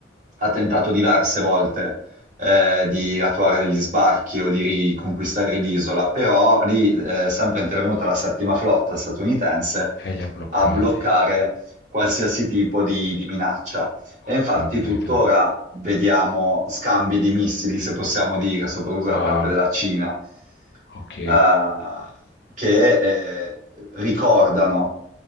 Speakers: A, on the right; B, on the left.
A: ha tentato diverse volte eh, di attuare degli sbarchi o di riconquistare l'isola, però lì eh, sempre è intervenuta la settima flotta statunitense
B: E li ha bloccati,
A: a bloccare qualsiasi tipo di, di minaccia.
B: ho
A: E infatti
B: capito.
A: tuttora vediamo scambi di missili, se possiamo dire, soprattutto
B: Wow,
A: da parte della Cina,
B: ok.
A: eh, che eh, ricordano